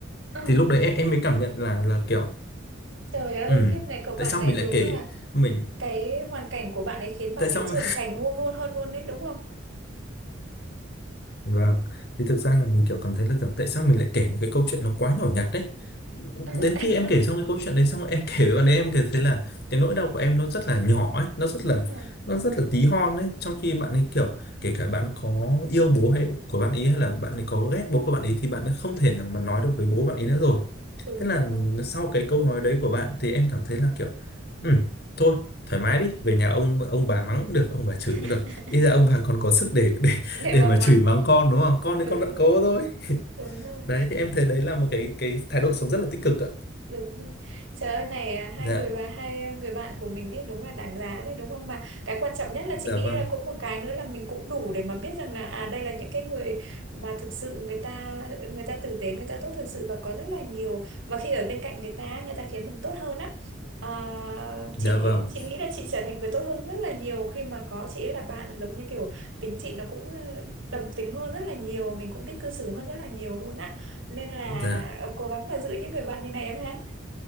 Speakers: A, on the right (about 75°); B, on the left (about 50°).
A: ờ.
B: thì lúc đấy em, em mới cảm nhận là là kiểu
A: trời ơi
B: ừ
A: kiếp này cậu bạn
B: tại sao
A: này
B: mình lại
A: đúng
B: kể
A: là
B: mình
A: cái hoàn cảnh của bạn ấy khiến bạn
B: tại sao
A: ấy trưởng thành luôn luôn hơn luôn đấy đúng không
B: Vâng, thì thực ra là mình kiểu cảm thấy là kiểu tại sao mình lại kể một cái câu chuyện nó quá nhỏ nhặt đấy.
A: à,
B: Đến
A: <laughs>
B: khi em kể xong cái câu chuyện đấy xong em <laughs> kể với bạn đấy em cảm thấy là cái nỗi đau của em nó rất là nhỏ ấy, nó rất là
A: à,
B: nó rất là tí hon ấy, trong khi bạn ấy kiểu kể cả bạn có yêu bố hay của bạn ấy hay là bạn ấy có ghét bố của bạn ấy thì bạn ấy không thể nào mà nói được với bố bạn ấy nữa rồi.
A: đúng
B: Thế là
A: rồi
B: sau cái câu nói đấy của bạn thì em cảm thấy là kiểu ừ, thôi thoải mái đi, về nhà ông ông bà mắng cũng được, ông bà chửi
A: <laughs>
B: cũng được. Ít ra ông bà còn có sức để
A: để
B: để
A: mà
B: mà
A: mắng
B: chửi mắng con đúng không con thì
A: đúng
B: con vẫn cố
A: rồi
B: thôi <laughs>
A: đúng rồi
B: đấy thì em thấy đấy là một cái cái thái độ sống rất là tích cực ạ
A: đúng rồi trời ơi này à, hai
B: dạ
A: người và hai à, người bạn của mình ấy đúng là đáng giá đấy đúng không mà cái quan trọng nhất là
B: dạ
A: chị nghĩ
B: vâng
A: là cũng một cái nữa là mình cũng đủ để mà biết rằng là à đây là những cái người mà thực sự người ta người ta tử tế người ta tốt thực sự và có rất là nhiều và khi ở bên cạnh người ta người ta khiến mình tốt hơn á À,
B: dạ
A: chị
B: vâng
A: chị nghĩ là chị trở thành người tốt hơn rất là nhiều khi mà có chị ấy là bạn giống như kiểu tính chị nó cũng ờ, đồng tính hơn rất là nhiều mình cũng biết cư xử hơn rất là nhiều luôn á nên là
B: dạ
A: ờ, cố gắng mà giữ những người bạn như này em ha